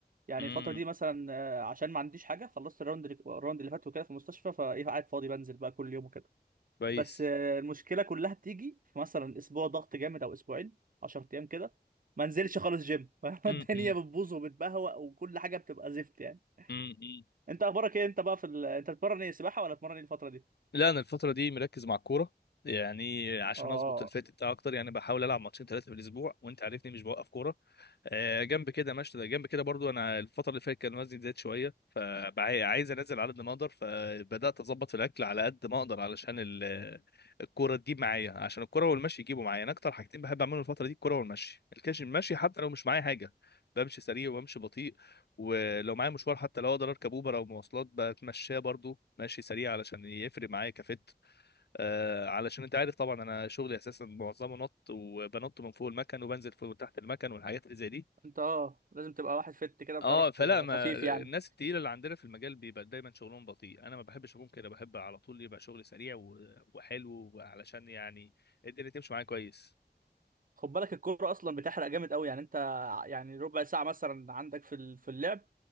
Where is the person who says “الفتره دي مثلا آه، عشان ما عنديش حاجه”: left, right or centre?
Right